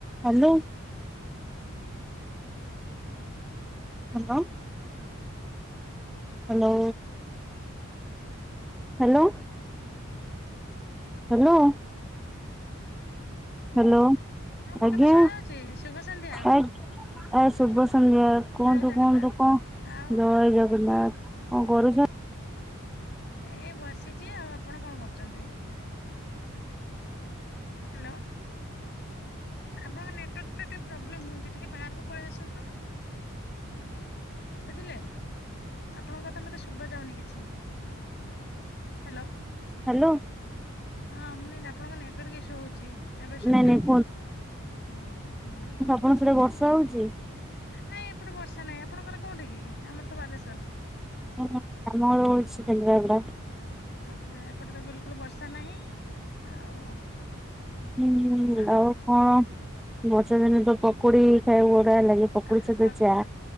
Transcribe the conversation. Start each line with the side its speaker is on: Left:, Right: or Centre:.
Centre: Hello. Hello. Hello. Hello. Hello. Hello
Left: ହଁ ମୋ
Centre: ଆଜ୍ଞା
Left: କଥା ଶୁଣା ଯାଉଛି ଶୁଭ ସନ୍ଧ୍ୟା
Centre: ଆ ଏ ଶୁଭ ସନ୍ଧ୍ୟା କୁହନ୍ତୁ
Left: ଜୟ ଜଗନ୍ନାଥ
Centre: କୁହନ୍ତୁ କଣ
Left: ଆଉ
Centre: ଜୟ ଜଗନ୍ନାଥ କଣ କରୁଛ
Left: ଏଇ ବସିଛି ଆଉ ଆପଣ କଣ କରୁଛନ୍ତି? ହ୍ୟାଲୋ। ଆପଣଙ୍କ ନେଟୱାର୍କରେ ଟିକେ ପ୍ରୋବ୍ଲେମ ହଉଛି ଟିକେ ବାହାରକୁ ପଳେଇ ଆସନ୍ତୁ ନୁ। ବୁଝିଲେ ଆପଣଙ୍କ କଥା ମତେ ଶୁଭ ଯାଉନି କିଛି। ହ୍ୟାଲୋ।
Centre: ହ୍ୟାଲୋ।
Left: ହଁ ମୁଁ ଆପଣଙ୍କ ନେଟୱାର୍କ ଇସ୍ୟୁ ହଉଛି ଏବେ ସୁୁବିଲା
Centre: ନାଇଁ ନାଇଁ
Left: କୁହନ୍ତୁ ହୁଁ ହୁଁ।
Centre: କଣ ସେଟେ ବର୍ଷା ହଉଛି?
Left: ନାଇଁ ଏପଟେ ବର୍ଷା ନାଇଁ ଆପଣଙ୍କର କୋଉଠି କି ଆମର ତ ବାଲେଶ୍ଵର।
Centre: <unintelligible> କେନ୍ଦ୍ରପଡା।
Left: ଆଛା ଏପଟେ ତ ବିଲକୁଲ ବର୍ଷା ନାହିଁ ଆଉ।
Centre: ହୁଁ
Left: ଆ
Centre: ଆଉ କଣ ବର୍ଷା ଦିନେ ତ ପକୁଡି ଖାଇକୁ ଭଡିଆ ଲାଗେ। ପକୁଡି
Left: ଆ
Centre: ସହିତ
Left: ପାକ
Centre: ଚା।